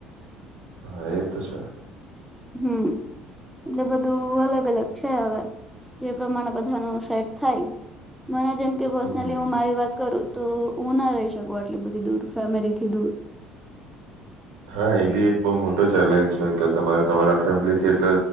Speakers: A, on the right (about 80°); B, in the centre.
A: હા એ તો છે.
B: હમ એટલે બધું અલગ અલગ છે હવે જે પ્રમાણે બધા ન સેટ થાય. મને જેમ કે પસનેલી
A: હમ
B: હું મારી વાત કરું. તો હું ના રહી શકું આટલી બધી દૂર ફેમિલીથી દૂર
A: હા એ બી એક બહ મોટો ચેલેન્જ છે કે તમારે તમારા ફેમથી એટલે